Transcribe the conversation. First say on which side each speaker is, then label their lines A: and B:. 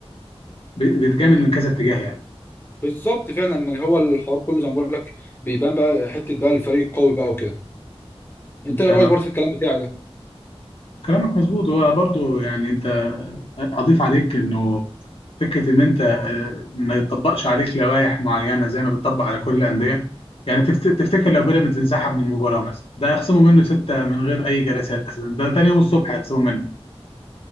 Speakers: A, on the left; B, on the left.
A: بيتجامل من كذا اتجاه يعني
B: بالظبط فعلا يعني هو الحوار كله زي ما بقول لك بيبان بقى حته بقى الفريق القوي بقى وكده انت
A: انت
B: ايه رايك برضه في الكلام بتاعي ده
A: كلامك مظبوط هو برضو يعني انت اضيف عليك انه فكره ان انت آه، ما يطبقش عليك لوائح معينه زي ما بتطبق على كل الانديه يعني تفت- تفتكر لو بيراميدز انسحب من المباراه مثلا ده هيخصموا منه سته من غير اي جلسات اساسا ده تاني يوم الصبح هيخصموا منه